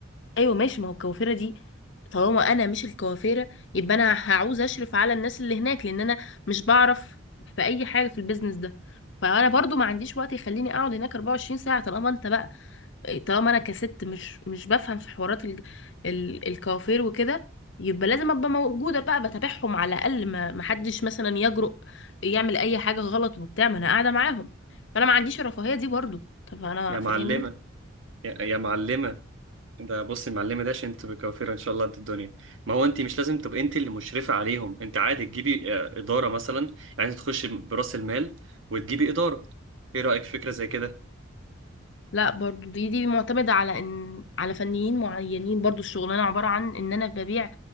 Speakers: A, on the left; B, on the right.
A: ايوه ماشي ما هو الكوافيرة دي طالما انا مش الكوافيرة يبقى انا هعوز اشرف على الناس اللي هناك لان انا مش بعرف في اي حاجة في البيزنس ده فانا برضو ما عنديش وقت يخليني اقعد هناك 24 ساعة طالما انت بقى طالما انا كست مش مش بفهم في حوارات ال... ال... الكوافير وكده يبقى لازم ابقى موجوده بقى بتابعهم على الاقل ما ما حدش مثلا يجرؤ يعمل اي حاجه غلط وبتاع ما انا قاعده معاهم فانا ما عنديش الرفاهيه دي برضو طب انا
B: يا
A: فاهمني
B: معلمة يا, يا معلمة ده بص المعلمة ده عشان تبقى كوافيرة ان شاء الله قد الدنيا ما هو انت مش لازم تبقى انت اللي مشرفة عليهم انت عادي تجيبي آه، ادارة مثلا يعني انت تخش برأس المال وتجيبي ادارة ايه رأيك في فكرة زي كده
A: لا برضو دي دي معتمده على ان على فنيين معينين برضو الشغلانه عباره عن ان انا ببيع